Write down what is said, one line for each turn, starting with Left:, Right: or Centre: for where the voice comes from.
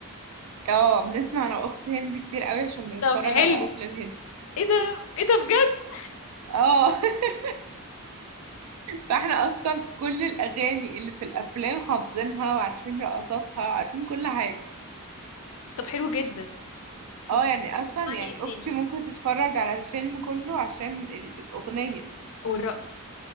Right: اه بنسمع انا واخت هندي كتير قوي عشان بنتفرج
Left: طب حلو
Right: على افلام هندي
Left: ايه ده ايه ده بجد
Right: اه <laughs> فاحنا اصلا كل الاغاني اللي في الافلام حافظينها وعارفين رقصاتها وعارفين كل حاجة
Left: طب حلو جدا تسمعي
Right: اه يعني اصلا
Left: تسمعي
Right: يعني
Left: ايه تاني
Right: اختي ممكن تتفرج على الفيلم كله عشان ال- الاغنية
Left: والرقص